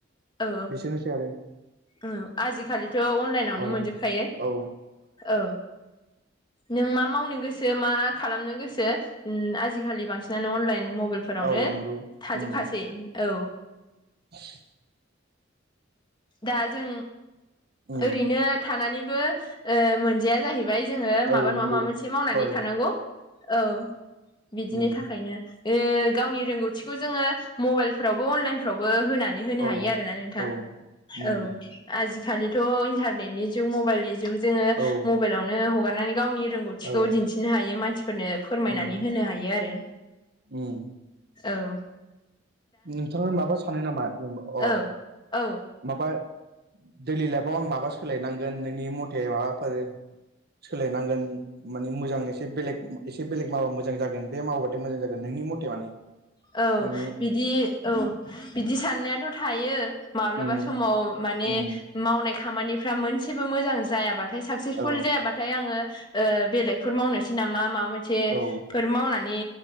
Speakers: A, on the left (about 25°); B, on the right (about 55°).
A: औ
B: बेसेनोसै आरो
A: औ आजिखालिथ' अनलाइनावनो
B: औ
A: मोनजोबखायो
B: औ
A: औ नों मा मावनो गोसो मा खालामनो गोसो आजिखालि बांसिनानो अनलाइन मबाइलफोरावनो
B: औ नंगौ
A: थाजोबखासै
B: उम
A: औ
B: <inaudible>
A: दा जों
B: उम
A: ओरैनो थानानैबो मोनजाया जाहै बाय जोंङो माबा
B: औ
A: नङा
B: नंगौ
A: माबा मोनसे मावनानै
B: हय
A: थानांगौ औ बिदिनि
B: उम
A: थाखायनो ओ गावनि रोंगौथिखौ जोंङो मबाइलफ्रावबो अनलाइनफ्रावबो होनानै होनो
B: औ
A: हायो आरो ना नोंथां।
B: औ उम
A: औ आजिखालिथ' इन्टारनेटनि जग मबाइलनि जुग जोंङो
B: औ
A: मबाइलावनो हगारनानै गावनि रोंगौथिखौ
B: औ
A: दिन्थिनो हायो मानसिफोरनो फोरमायनानै
B: उम
A: होनो हायो आरो
B: उम
A: औ
B: नोंथाङा माबा सानो नामा अ
A: औ औ
B: माबा देलि लाइफआव आं माबा सोलायनांगोन नोंनि मथे माबाफोर सोलायनांगोन माने मोजां एसे बेलेग एसे बेलेग मावा मोजां जागोन बे मावबाथाय मोजां जागोन नोंनि मथे माने
A: औ
B: नोंनि
A: बिदि औ बिदि साननायाथ' थायो माब्लाबा
B: उम
A: समाव माने
B: उम
A: मावनाय खामानिफ्रा मोनसेबो मोजां जायाबा थाय साकसेसफुल
B: औ
A: जायाबाथाय आङो बेलेगफोर मावनोसै नामा माबा मोनसे
B: औ
A: फोर मावनानै